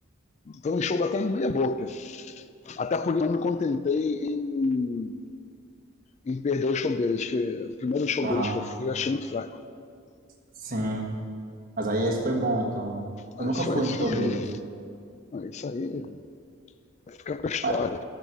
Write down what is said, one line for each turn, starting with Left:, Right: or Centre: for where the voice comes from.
Left: foi um show até meia boca. Até porque eu não me contentei em, em perder o show deles, que o primeiro show
Right: aham.
Left: deles que eu fui eu achei muito fraco.
Right: Sim. Mas aí esse foi bom, então, né? Eu
Left: Ah,
Right: nunca
Left: isso,
Right: fui
Left: é isso
Right: no show
Left: é incrível.
Right: deles.
Left: Ah, isso aí vai ficar pra história.
Right: Mas-